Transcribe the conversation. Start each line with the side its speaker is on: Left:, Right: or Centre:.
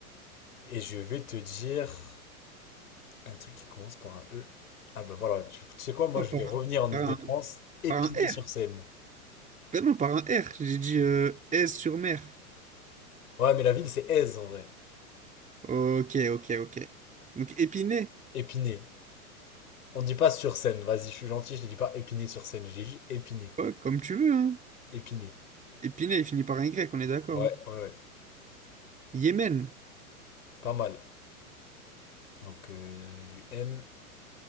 Left: Et je vais te dire un truc qui commence par un E. Ah bah voilà, tu, tu sais quoi, moi
Right: Non,
Left: je
Right: par,
Left: vais revenir en
Right: par
Left: Île-de-France,
Right: un,
Left: Épinay-sur-Seine.
Right: par un R. Ben non, par un R. J'ai dit euh, Aise-sur-Mer.
Left: Ouais, mais la ville c'est Aise en vrai.
Right: Ok, ok, ok. Donc Épinay,
Left: Épinay. On dit pas sur Seine, vas-y, je suis gentil, je ne dis pas Épinay-sur-Seine, j'ai juste Épinay.
Right: ouais, comme tu veux, hein.
Left: Épinay.
Right: Épinay, il finit par un Y, on est d'accord.
Left: Ouais,
Right: hein.
Left: ouais, ouais.
Right: Yémen,
Left: Pas mal. Donc euh, du M.